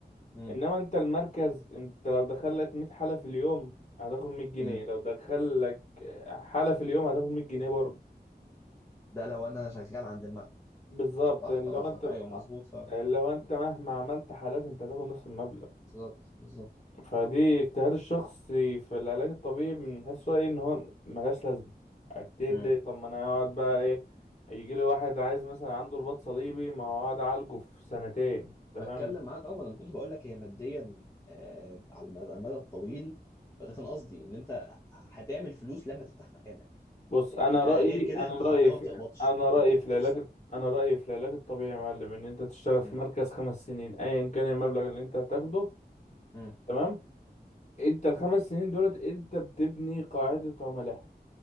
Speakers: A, on the left; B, on the left.
A: امم
B: انما انت المركز انت لو دخلك 100 حالة في اليوم هتاخد 100 جنيه
A: امم
B: لو دخلك حالة في اليوم هتاخد 100 جنيه برضه
A: ده لو انا شغال عند المكتب
B: بالظبط
A: صح
B: اللي
A: ده قصدك
B: هو انت
A: ايوه مظبوط فعلا
B: اللي هو انت
A: مم.
B: مهما عملت حالات انت هتاخد نفس المبلغ
A: بالظبط بالظبط
B: فدي اجتهاد الشخصي في العلاج الطبيعي بنحس رأيي ان هو ملهاش لازمة اجتهد
A: مم.
B: ليه طب ما انا اقعد بقى ايه يجي لي واحد عايز مثلا عنده رباط صليبي ما هو اقعد اعالجه في سنتين انت
A: بتكلم
B: فاهم
A: معاك اه ما انا ما كنتش بقول لك هي ماديا آه على المدى على المدى الطويل فده كان قصدي ان انت هتعمل فلوس لما تفتح مكانك
B: بص
A: انت
B: انا
A: آه،
B: رأيي
A: غير كده
B: انا
A: انت
B: رأيي
A: حرفيا ما
B: في
A: بتقبضش
B: انا
A: انت بت-
B: رأيي
A: أنت
B: في
A: بتخسر
B: العلاج انا رأيي في العلاج الطبيعي يا معلم ان انت تشتغل في
A: مم.
B: مركز خمس سنين ايا كان المبلغ اللي انت هتاخده
A: مم.
B: تمام انت الخمس سنين دولت انت بتبني قاعدة عملاء